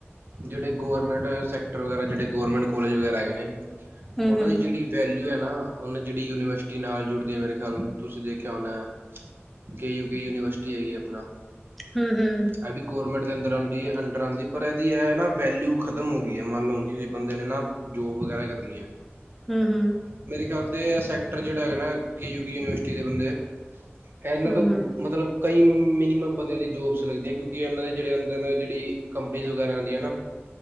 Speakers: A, on the right; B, in the centre.
A: ਜਿਹੜੇ ਗੌਰਮੈਂਟ ਸੈਕਟਰ ਵਗੈਰਾ ਜਿਹੜੇ ਗੌਰਮੈਂਟ ਕੋਲਜ ਵਗੈਰਾ ਹੈਗੇ ਨੇ
B: ਹੂੰ,
A: ਉਹਨਾਂ
B: ਹੂੰ,
A: ਦੀ ਜਿਹੜੀ ਵੈਲਿਊ ਹੈ ਨਾ ਉਹਨੇ ਜਿਹੜੀ ਯੂਨੀਵਰਸਿਟੀ ਨਾਲ ਜੁੜਦੀ ਹੈ ਮੇਰੇ ਖਿਆਲ ਤੁਸੀਂ ਦੇਖਿਆ ਹੋਨਾ। ਕੇ ਯੂਕੇ ਯੂਨੀਵਰਸਿਟੀ ਹੈਗੀ ਆਪਣਾ।
B: ਹੂੰ-ਹੂੰ
A: ਇਹ ਵੀ ਗੌਰਰਮੈਂਟ ਦੇ ਅੰਦਰ ਆਂਦੀ ਅੰਡਰ ਆਂਦੀ ਪਰ ਦੀ ਹੈ ਨਾ ਵੈਲਿਊ ਖ਼ਤਮ ਹੋ ਗਈ ਹੈ ਮੰਨ ਲਓ ਕਿਸੇ ਬੰਦੇ ਨੇ ਨਾ, ਜੋਬ ਵਗੈਰਾ ਕਰਨੀ ਹੈ।
B: ਹਮ-ਹਮ
A: ਮੇਰੇ ਖਿਆਲ ਤੇ ਐ ਸੈਕਟਰ ਜਿਹੜਾ ਹੈਗਾ ਕੇ ਯੂਕੇ ਯੂਨੀਵਰਸਿਟੀ ਦੇ ਬੰਦੇ ਇਹਨਾ
B: ਹੂੰ,
A: ਤੋਂ ਮਤਲਬ ਕਈ ਮਿਨੀਮਮ ਬੰਦਿਆਂ ਦੀ ਜੋਬਸ ਲੱਗਦੀਆਂ ਕਿਉਂਕਿ ਇਹਨਾਂ ਦੇ ਜਿਹੜੇ ਅੰਦਰ ਜਿਹੜੀ ਕੰਪ ਨੀਜ ਵਗੈਰਾ ਆਂਦੀਆਂ ਨਾ,